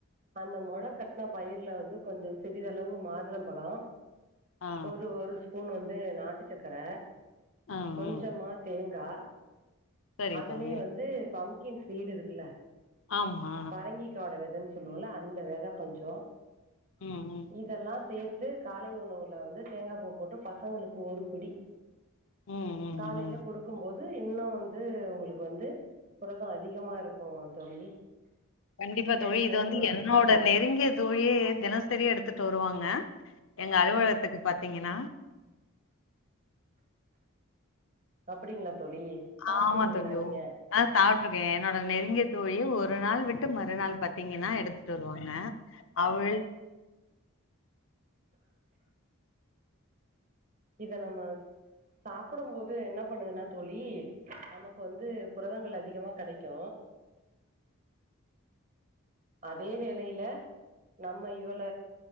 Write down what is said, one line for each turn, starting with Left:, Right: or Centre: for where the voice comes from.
Right: அந்த மொளக்கட்ன பயிர்ல வந்து கொஞ்சோ சிறிதளவு மாதுளம்பழோ
Left: ஆ
Right: ஒரு ஒரு ஸ்பூன் வந்து நாட்டு சக்கர
Left: ஆ
Right: கொஞ்சமா
Left: ம்
Right: தேங்கா
Left: சரி
Right: அதுலயே
Left: தோழி
Right: வந்து பம்கின் சீடு இருக்குல்ல
Left: ஆமா
Right: பரங்கிக்காவோட வெதன்னு சொல்லுவோல அந்த வெதக் கொஞ்சோ
Left: ம் ம்
Right: இதெல்லா சேத் து காலை உணவுல வந்து தேங்காப் பூ போட்டு பசங்களுக்கு ஒரு பிடி
Left: ம் ம்
Right: காலையில
Left: ம்
Right: குடுக் கும்போது இன்னு வந்து ஒங்களுக்கு வந்து புரதோ அதிகமா இருக்கு தோழி
Left: கண்டிப்பா
Right: கெடைக்கு
Left: தோழி இது வந்து
Right: ஆ
Left: என்னோ ட நெருங்கிய தோழியே தினசரி எடுத்துட்டு வருவாங்க எங்க அலுவலகத்துக்கு பாத்தீங்கன்னா
Right: அப்டிங்களா தோழி சாப்ட்ருக்கீங்களா
Left: ஆமா தோழி ஒ
Right: நீங்க
Left: அ சாப்ட்டுருக்கே என்னோட நெருங்கிய தோழி ஒரு நாள் விட்டு மறுநாள் பாத்தீங்கன்னா எடுத்துட்டு வருவாங்க அவல்
Right: இத நம்ம சாப்டும் போது என்ன பண்ணுதுன்னா தோழி நமக்கு வந்து புரதங்கள் அதிகமா கெடைக்கு அதே வேலையில நம்ம இவள